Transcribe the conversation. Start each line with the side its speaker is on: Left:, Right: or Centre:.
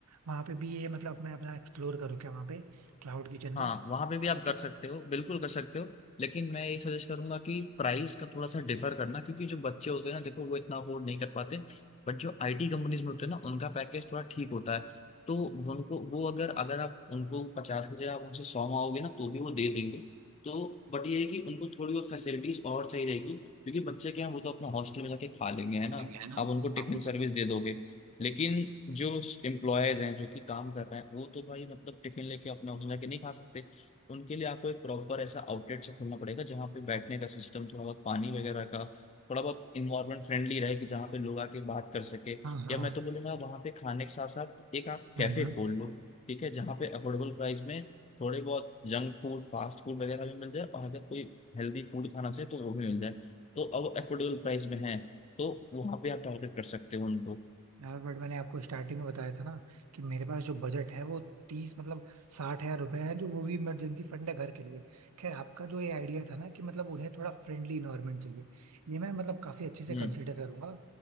Right: वहां पे भी ये मतलब मैं अपना एक्सप्लोर करूँ क्या वहां पे क्लाउड किचन का
Left: हाँ वहां पे भी आप
Right: क्योंकि
Left: कर सकते हो बिल्कुल कर सकते हो लेकिन मैं ये सजेस्ट करूंगा कि प्राइस का थोड़ा सा डिफर करना क्योंकि जो बच्चे होते हैं ना देखो वो इतना अफोर्ड नहीं कर पाते बट जो आईटी कंपनीज में होते हैं ना उनका पैकेज थोड़ा ठीक होता है तो उनको वो अगर अगर आप उनको पचास की जगह आप उनसे सौ मांगोगे ना तो भी वो दे देंगे तो बट ये है कि उनको थोड़ी और फैसिलिटीज और चाहिए रहेगी क्योंकि बच्चे क्या हैं वो तो अपना हॉस्टल में जाके खा लेंगे है ना
Right: हाँ
Left: आप उनको
Right: आप
Left: टिफिन सर्विस दे दोगे लेकिन जो एम्प्लॉयज हैं जो कि काम कर रहे हैं वो तो भाई मतलब टिफिन लेके अपना ऑफिस जाके नहीं खा सकते उनके लिए आपको एक प्रॉपर ऐसा आउटलेट से खोलना पड़ेगा जहाँ पे बैठने का सिस्टम थोड़ा बहुत पानी वगैरह का थोड़ा बहुत इन्वायरमेंट फ्रेंडली रहे कि जहाँ पे लोग आके बात कर सके
Right: हाँ हाँ
Left: या मैं तो बोलूँगा वहाँ पे खाने के साथ साथ एक आप कैफे
Right: हम्म हम्म।
Left: खोल लो ठीक है जहाँ पे अफोर्डेबल प्राइस में थोड़े बहुत जंक फूड फास्ट फूड वगैरह भी मिल जाए और अगर कोई हेल्दी फूड खाना चाहिए तो वो भी मिल जाए तो अब अफोर्डेबल प्राइस में है तो वहाँ पे आप टारगेट कर सकते हो उनको
Right: यार बट मैंने आपको स्टार्टिंग में बताया था ना कि मेरे पास जो बजट है वो तीस मतलब साठ हजार रुपए है जो वो भी इमरजेंसी फंड है घर के लिए खैर आपका जो ये आइडिया था ना कि मतलब उन्हें थोड़ा फ्रेंडली इन्वायरमेंट चाहिए ये मैं मतलब काफी अच्छे से
Left: हम्म
Right: कंसीडर करूंगा